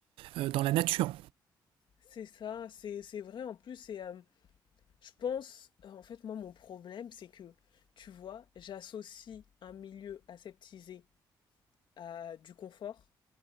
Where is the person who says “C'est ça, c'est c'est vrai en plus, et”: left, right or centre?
Left